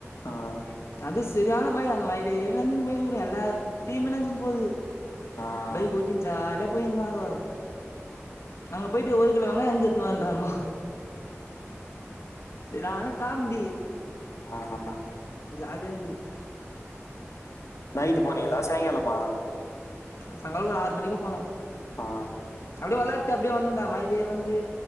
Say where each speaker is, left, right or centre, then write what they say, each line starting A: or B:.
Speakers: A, on the left; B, on the left.
A: ஆ
B: அப்டேஸ் செரியான மய அந்த மய்லே நெஞ்சுனு போய்னு எல்லார்டீம்னு நெஞ்சிட்டு போது
A: ஆ
B: பைக் கோட்டினு ஜாலியா போய்ந்தாங்க அங்க போய்டு ஒரு கிலோ வெங்காயோ அரிஜ்சு எத்துனுவாண்றாங்கோ செரானகாம்டி
A: ஆ ஆ ஆ
B: ஜாலியாந்து
A: நைட்டு போனீங்களா சாய்ங்காலமா
B: சாய்ங்காலோ ஒரு ஆறு மணிக்கா போனோ
A: ஆ
B: அப்டியே வெளாட்டு அப்டியே வந்தென்டா மயலியே வந்து